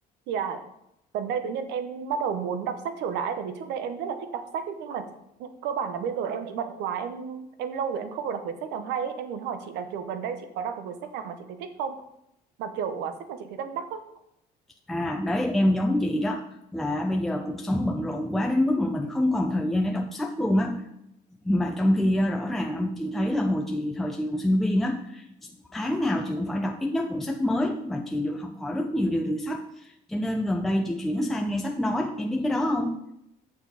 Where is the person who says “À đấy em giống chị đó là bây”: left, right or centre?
Centre